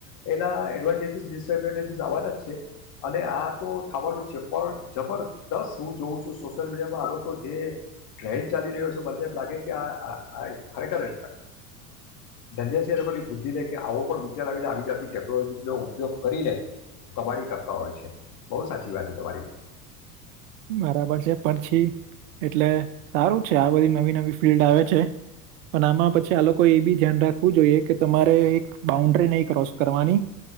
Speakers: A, on the left; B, on the right.
A: એના એડવાન્ટેજીસ ડિસએડવાન્ટેજીસ આવવાના જ છે અને આ તો થવાનું જ છે, પણ જબરદસ્ત હું જોઉં છું સોશિયલ મીડિયામાં આરો તો જે ટ્રેડ ચાલી રહ્યો છે મને તો એમ લાગે કે આ આ ખરેખર ધન્ય છે એ લોકોની બુદ્ધિ લે કે આવો પણ વિચાર આવી આવી જાતી ટેકનોલોજી ઉપયોગ કરી લે, કબાડી કરતા હોય છે, બહુ સાચી વાત છે તમારી.
B: બરાબર છે પછી, એટલે સારું છે આ બધી નવી નવી ફિલ્ડ આવે છે, પણ આમાં પછી આ લોકો એ બી ધ્યાન રાખવું જોઈએ કે તમારે એક બાઉન્ડ્રી નહી ક્રોસ કરવાની,